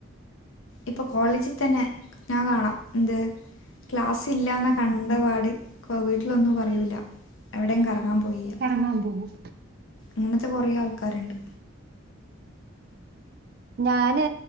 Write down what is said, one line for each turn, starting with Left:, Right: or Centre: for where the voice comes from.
Left: ഇപ്പൊ കോളേജി തന്നെ ഞാൻ കാണാ എന്ത് ക്ലാസ്സില്ലാന്നെ കണ്ടപാട് കോ വീട്ട്ലൊന്നും പറയൂല എവ്ടെം കറങ്ങാൻ പോയിയറിം
Right: കറങ്ങാൻ പോവും
Left: ഇങ്ങനത്തെ കൊറേ ആൾക്കാര്ണ്ട്
Right: ഞാന്